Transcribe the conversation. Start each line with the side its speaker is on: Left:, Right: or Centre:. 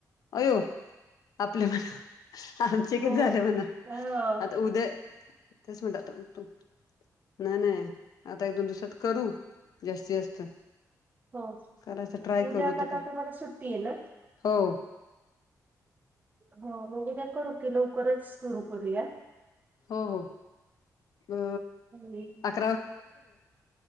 Left: अयो आपल्या म आमचे एकच
Right: हो
Left: झालं म्हणा
Right: हा
Left: आता उद्या तेच म्हटत. नाही नाही आता एक दोन दिवसात करू जास्तीत जास्त
Right: हो
Left: करायच ट्राय
Right: उद्या
Left: करू आता
Right: कता
Left: काय
Right: तुम्हाला सुट्टी आहे ना.
Left: हो.
Right: हो मग उद्या करू की लवकरच सुरू करूया.
Left: हो हो अ.
Right: हो.
Left: अ क.